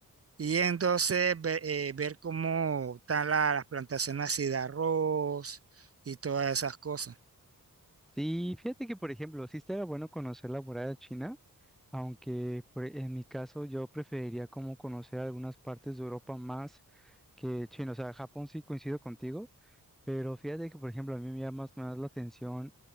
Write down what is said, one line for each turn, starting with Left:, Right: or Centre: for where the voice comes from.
Right: Y entonces ve- eh, ver cómo están la- las plantaciones así de arroz y todas esas cosas.
Centre: Sí, fíjate que por ejemplo, sí estaría bueno conocer la muralla china, aunque por- e, en mi caso yo preferiría como conocer algunas partes de Europa más Que chin, o sea, Japón sí coincido contigo, pero fíjate que, por ejemplo, a mí me llama más, más la atención